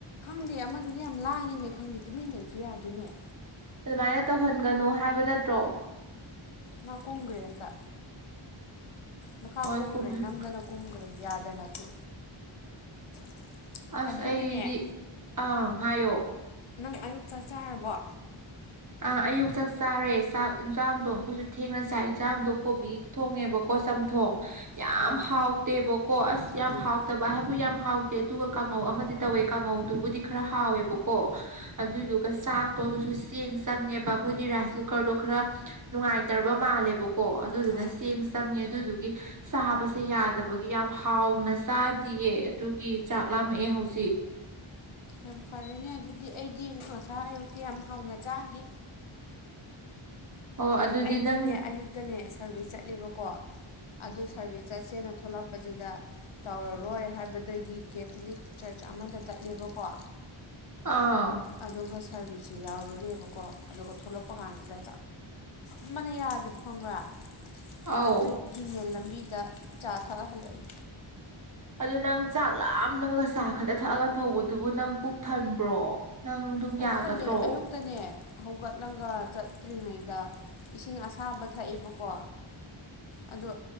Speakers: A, on the left; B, on the right.
A: ꯈꯪꯗꯦ ꯑꯃꯗꯨꯗꯤ ꯌꯥꯝ ꯂꯥꯡꯉꯦꯃꯦ ꯈꯪꯗꯦ ꯇꯨꯃꯤꯟꯅꯕꯁꯨ ꯌꯥꯗꯦꯅꯦ
B: ꯑꯗꯨꯃꯥꯏꯅ ꯇꯧꯍꯟꯒꯅꯨ ꯍꯥꯏꯕ ꯅꯠꯇ꯭ꯔꯣ
A: ꯃꯥ ꯀꯨꯝꯈ꯭ꯔꯦ ꯑꯝꯇ ꯃꯈꯥ
B: ꯍꯣꯏ
A: ꯀꯨꯝꯈ꯭ꯔꯦ
B: ꯀꯨꯝꯍꯟ
A: ꯅꯝꯗꯅ ꯀꯨꯝꯈ꯭ꯔꯦ ꯌꯥꯗꯅꯁꯨ <inaudible>
B: ꯑꯁ
A: ꯑꯗꯨꯒꯅꯦ
B: ꯑꯩꯗꯤ ꯑꯪ ꯍꯥꯏꯌꯣ
A: ꯅꯪ ꯑꯌꯨꯛ ꯆꯥꯛ ꯆꯥꯔꯕꯣ
B: ꯑ ꯑꯌꯨꯛ ꯆꯥꯛ ꯆꯥꯔꯦ ꯆꯥꯛ ꯌꯦꯟꯖꯥꯡꯗꯣ ꯃꯈꯣꯏꯁꯨ ꯊꯦꯡꯅ ꯆꯥꯏ ꯌꯦꯟꯖꯥꯡꯗꯣ ꯀꯣꯕꯤ ꯊꯣꯡꯉꯦꯕꯀꯣ ꯆꯝꯊꯣꯡ ꯌꯥꯝ
A: ꯑꯧ
B: ꯍꯥꯎꯇꯦꯕ ꯀꯣ ꯑꯁ ꯌꯥꯝ
A: ꯎꯝ
B: ꯍꯥꯎꯇꯕ ꯍꯥꯏꯕꯨ ꯌꯥꯝ ꯍꯥꯎꯇꯦ ꯑꯗꯨꯒ ꯀꯥꯡꯉꯧ ꯑꯃꯗꯤ ꯇꯧꯋꯦ ꯀꯥꯡꯉꯧꯗꯨꯕꯨꯗꯤ ꯈꯔ ꯍꯥꯎꯋꯦꯕꯀꯣ ꯑꯗꯨꯏꯗꯨꯒ ꯆꯥꯛꯇꯣ ꯑꯗꯨꯁꯨ ꯆꯦꯡ ꯆꯪꯉꯦꯕ ꯑꯩꯈꯣꯏꯒꯤ ꯔꯥꯏꯁ ꯀꯨꯀꯔꯗꯣ ꯈꯔ ꯅꯨꯡꯉꯥꯏꯇ꯭ꯔꯕ ꯃꯥꯜꯂꯦꯕꯀꯣ ꯑꯗꯨꯗꯨꯅ
A: ꯑꯥ
B: ꯆꯦꯡ ꯆꯪꯉꯦ ꯑꯗꯨꯗꯨꯒꯤ ꯆꯥꯕꯁꯦ ꯌꯥꯗꯕꯒꯤ ꯌꯥꯝ ꯍꯥꯎꯅ ꯆꯥꯗꯤꯌꯦ ꯑꯗꯨꯒꯤ ꯆꯥꯛ ꯂꯃꯛꯑꯦ ꯍꯧꯖꯤꯛ
A: ꯌꯥꯝ ꯐꯔꯦꯅꯦ ꯑꯗꯨꯗꯤ ꯑꯩꯗꯤ ꯉꯁꯥꯢ ꯑꯌꯨꯛꯇꯤ ꯌꯥꯝ ꯍꯥꯎꯅ ꯆꯥꯈꯤ
B: ꯑꯣ ꯑꯗꯨꯗꯤ
A: ꯑꯩꯗꯤꯅꯦ
B: ꯅꯪ
A: ꯑꯌꯨꯛꯇꯅꯦ ꯁꯔꯚꯤꯁ ꯆꯠꯂꯦꯕꯀꯣ ꯑꯗꯨ ꯁꯥꯔꯚꯤꯁ ꯆꯠꯁꯦꯅ ꯊꯣꯛꯂꯛꯄꯁꯤꯗ ꯇꯧꯔꯔꯣꯏ ꯍꯥꯏꯕꯗꯒꯤ ꯀꯦꯊꯂꯤꯛ ꯆꯔꯆ ꯑꯃꯗ ꯆꯠꯂꯦꯕꯀꯣ
B: ꯑꯥ
A: ꯑꯗꯨꯒ ꯁꯥꯔꯚꯤꯁꯁꯤꯦ ꯌꯥꯎꯔꯨꯔꯦꯕꯀꯣ ꯑꯗꯨꯒ ꯊꯣꯛꯂꯛꯄ ꯀꯥꯟꯁꯤꯗ ꯑꯃꯅ ꯌꯥꯗꯕ ꯈꯪꯕ꯭ꯔ
B: ꯑꯧ
A: ꯑꯗꯨ ꯒꯤꯅꯦ ꯂꯝꯕꯤꯗ ꯆꯥ ꯊꯛꯑꯥ ꯍꯜꯂꯛꯏ
B: ꯑꯗꯨ ꯅꯪ ꯆꯥꯛ ꯂꯥꯝꯂꯃꯥꯒ ꯆꯥ ꯈꯛꯇ ꯊꯛꯑꯒ ꯊꯧꯕꯗꯨꯕꯨ ꯅꯪ ꯄꯨꯛ ꯊꯟꯕ꯭ꯔꯣ ꯅꯪ
A: ꯄꯨꯛ
B: ꯌꯥꯒꯗ꯭ꯔꯣ
A: ꯊꯜꯂꯦ ꯑꯌꯨꯛꯇꯅꯦ ꯍꯧꯒꯠꯂꯒ ꯆꯠꯇ꯭ꯔꯤꯉꯩꯗ ꯏꯁꯤꯡ ꯑꯁꯥꯕ ꯊꯛꯑꯦꯕꯀꯣ ꯑꯗꯣ